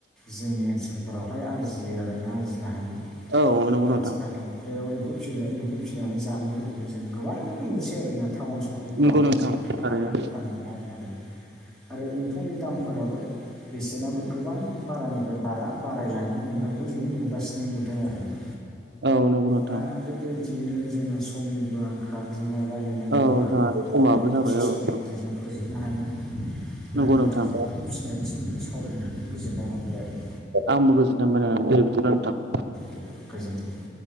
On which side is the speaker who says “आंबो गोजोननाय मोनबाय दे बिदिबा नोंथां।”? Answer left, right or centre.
Right